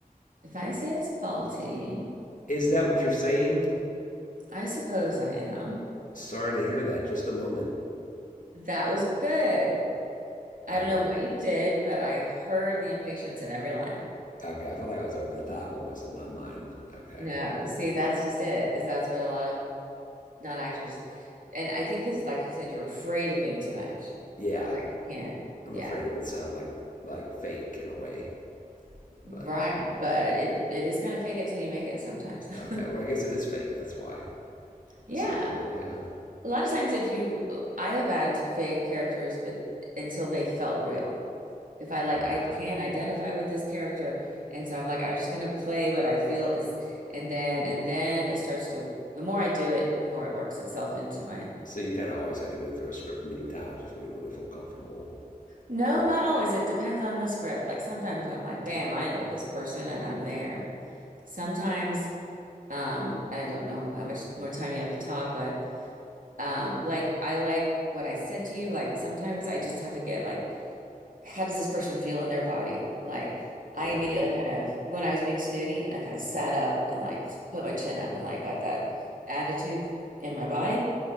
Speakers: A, on the right (about 60°); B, on the left (about 60°).
A: If I say it's faulty,
B: Is that what you're saying?
A: I suppose I am.
B: Sorry to hear that. Just a moment.
A: That was good. I
B: Okay.
A: don't know what you did, but I heard the impatience in every line.
B: Okay. I felt like I was over the top almost in my mind. Okay.
A: No, see, that's just it, is that's what a lot of non-actors, and I think is like you said, you're afraid of being too much,
B: Yeah.
A: but you can't.
B: I'm
A: Yeah,
B: afraid it would sound like like fake in a way.
A: right.
B: But
A: But it it is kind of fake it till you make it sometimes.
B: okay.
A: <laughs>
B: Well, I guess it is fake. That's why.
A: Yeah.
B: It's not a real. Yeah.
A: A lot of times if you uh, I have had to fake characters, but until they felt real. if I like
B: Okay.
A: I can identify with this character and so I'm like I'm just gonna play what I feel is and then and then it starts to the more I do it the more it works itself into my
B: So you kind of always have to go through a script many times before you really feel comfortable
A: no
B: with.
A: not always it depends on the script like sometimes I'm like bam I know this person and I'm there sometimes um I don't know how much more time you have to talk but um like I like what I said to you like sometimes I just have to get like how does this person feel in their body? Like, I
B: Right.
A: immediately kind of, when I was being snooty, I kind of sat up and like put my chin up and like got that attitude in my body.